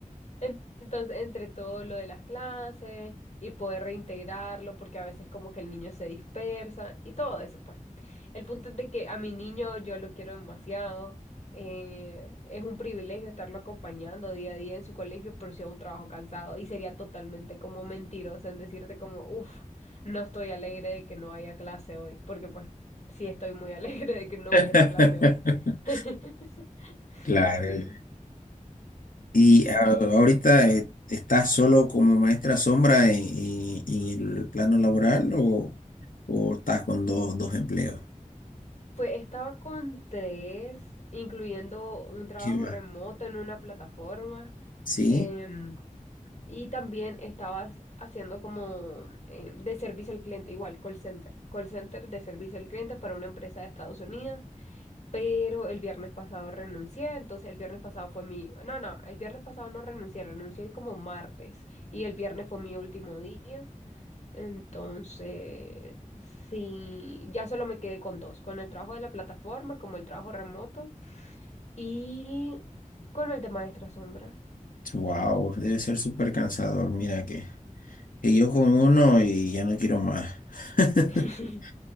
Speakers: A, on the left; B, on the left.
A: en- entonces, entre todo lo de las clases y poder reintegrarlo, porque a veces como que el niño se dispersa y todo eso, pues. El punto es de que a mi niño yo lo quiero demasiado. eh, es un privilegio estarlo acompañando día a día en su colegio, pero sí es un trabajo cansado y sería totalmente como mentiroso en decirte como, uff, no estoy alegre de que no haya clase hoy, porque pues sí estoy muy <laughs> alegre de que no
B: <laughs>
A: hubiera clase hoy. <laughs>
B: Claro.
A: Sí.
B: Y a- ahorita eh, estás solo como maestra sombra en, en- en el plano laboral o, o estás con dos, dos empleos?
A: Pues estaba con tres, incluyendo un trabajo
B: Sí, va.
A: remoto en una plataforma.
B: Sí,
A: em, y también estaba s- haciendo como em, de servicio al cliente, igual, call center. Call center de servicio al cliente para una empresa de Estados Unidos. Pero el viernes pasado renuncié, entonces el viernes pasado fue mi... No, no, el viernes pasado no renuncié, renuncié como martes. Y el viernes fue mi último día. Entonces, sí, ya solo me quedé con dos, con el trabajo de la plataforma, como el trabajo remoto, y con el de maestra sombra.
B: wow, debe ser súper cansador, mira que. Y yo con uno y ya no quiero más. <laughs>
A: <laughs>